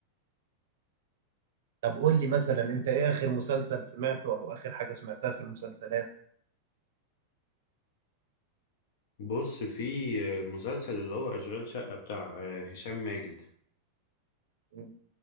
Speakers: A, on the right; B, on the left.
A: طب قول لي مثلا انت ايه اخر مسلسل سمعته او اخر حاجه سمعتها في المسلسلات
B: بص في مسلسل اللي هو أشغال شقة بتاع آه، هشام ماجد
A: مم.